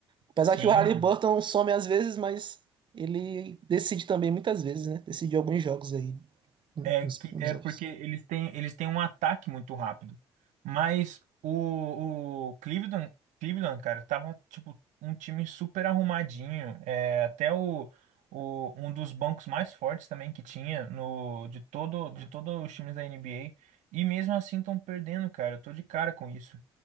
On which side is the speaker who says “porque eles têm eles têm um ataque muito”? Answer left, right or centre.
Right